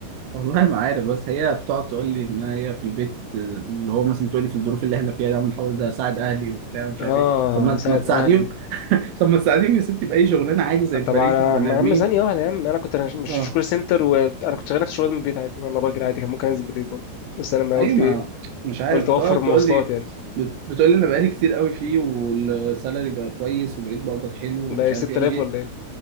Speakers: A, on the right; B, on the left.
A: والله ما عارف بس هي بتقعد تقول لي ان هي في البيت آه، اللي هو مثلا بتقول لي في الظروف اللي احنا فيها ده أنا بحاول ده اساعد اهلي وبتاع ومش
B: اه
A: عارف ايه طب ما
B: ساعد
A: ما تساعديهم
B: اهلي
A: <laughs> طب ما تساعديهم يا ستي باي شغلانه عادي زي بقيه
B: طبعا
A: البني
B: انا
A: ادمين
B: يا عم ثانيه واحده يا عم انا كنت مش مش
A: اه
B: كول سنتر وانا كنت شغال نفس الشغل من البيت عادي وانا راجل عادي كان ممكن انزل بالليل برضه بس انا ما
A: ايوه
B: قلت
A: ما
B: ايه
A: مش عارف
B: قلت
A: بتقعد
B: اوفر المواصلات
A: تقول لي
B: يعني
A: بت- بتقول لي انا بقالي كتير قوي فيه والسالري بقى كويس وبقيت بقبض حلو
B: ده
A: ومش
B: إيه،
A: عارف
B: 6000
A: يعني ايه
B: ولا ايه